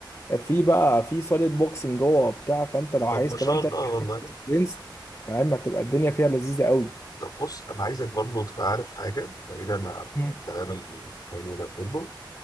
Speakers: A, on the left; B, on the left.
A: في بقى في صاله بوكسنج جوه وبتاع فانت لو
B: طب
A: عايز
B: ما
A: كمان
B: شاء الله
A: تلعب
B: والله
A: جنس فاهم هتبقى الدنيا فيها لذيذه قوي
B: طب بص انا عايزك برضه تبقى عارف حاجه بعيدا عن
A: مم.
B: الكلام الحلو ده كله